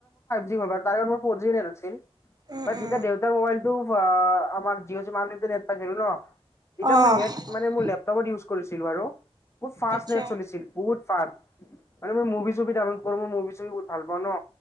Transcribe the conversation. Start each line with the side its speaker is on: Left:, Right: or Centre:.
Left: জি <unintelligible>
Right: উম
Left: মই যেতিয়া
Right: উম
Left: দেউতাৰ মোবাইলটো আহ আমাৰ জিঅ চিমত আনলিমিটেড নেট পাইছিলোঁ ন <unintelligible>
Right: আহ
Left: মই নেট
Right: <unintelligible>
Left: মানে মোৰ লেপটপত ইউজ কৰিছিলোঁ আৰু মোৰ ফাৰ্ষ্ট
Right: আচ্ছা
Left: নেট চলিছিল বহুত <unintelligible> <unintelligible> মানে মই মুভি-চুভি ডাউনলোড কৰো মই মুভি-চুভি বহুত ভাল পাওঁ ন।